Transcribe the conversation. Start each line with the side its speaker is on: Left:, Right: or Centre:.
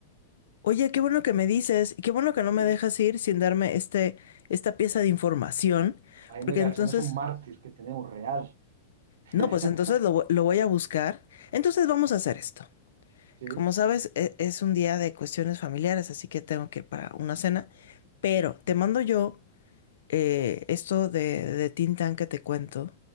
Left: oye, qué bueno que me dices y qué bueno que no me
Right: Es-
Left: dejas ir sin darme este, esta pieza de información,
Right: Jaime
Left: porque
Right: Garzón
Left: entonces,
Right: es un mártir que tenemos real. <laughs>
Left: no, pues entonces lo, vo- lo voy a buscar. Entonces vamos a hacer esto.
Right: Sí,
Left: Como sabes, e- es un día de cuestiones familiares, así que tengo que ir para una cena. Pero te mando yo eh, esto de, de Tin Tan que te cuento.